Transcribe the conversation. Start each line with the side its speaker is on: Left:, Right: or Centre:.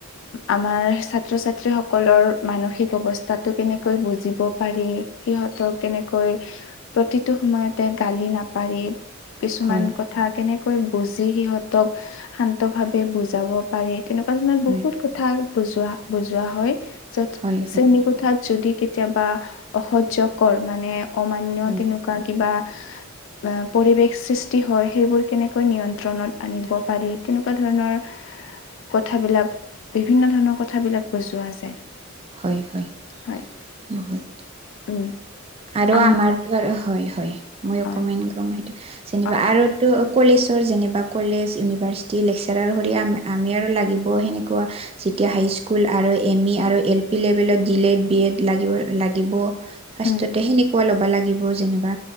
Left: আমাৰ ছাত্ৰ-ছাত্ৰীসকলৰ মানসিক অৱস্থা- তা'তো কেনেকৈ বুজিব পাৰি সিহঁতক কেনেকৈ প্ৰতিটো সময়তে গালি- নাপাৰি। কিছুমান
Right: হয়
Left: কথা কেনেকৈ বুজি সিহঁতক শান্ত ভাৱে বুজাব পাৰি। তেনেকুৱা ধৰণৰ
Right: হয়
Left: বহুত কথা বুজোৱা বুজোৱা হয় য'ত
Right: হয় হয়
Left: শ্ৰেণী- যদি কেতিয়াবা অসহ্যকৰ মানে অমান্য
Right: হয়
Left: তেনেকুৱা কিবা- পৰিৱেশ সৃষ্টি হয় সেইবোৰ কেনেকৈ নিয়ন্ত্ৰণত আনিব পাৰি তেনেকুৱা ধৰণৰ- কথাবিলাক বিভিন্ন ধৰণৰ কথাবিলাক বজোৱা যায়।
Right: হয় হয়।
Left: হয়
Right: বহুত
Left: উম
Right: আৰু
Left: আমি
Right: আমাৰতো আৰু হয় হয়। মই অকণমান
Left: অ
Right: গম যেনিবা
Left: অ
Right: আৰু তো কলেজৰ যেনেবা কলেজ - ইওভাৰ্চিটি লেকচাৰ কৰি আমি আৰু লাগিবও সেনেকুৱা যেতিয়া হাই স্কুল আৰু এম ই আৰু - এলিভেণ্ট দিলে বি এড লাগিব ফাৰষ্ট্ৰ
Left: উম
Right: ত'তে সেনেকুৱা ল'ব লাগিব। যেনিবা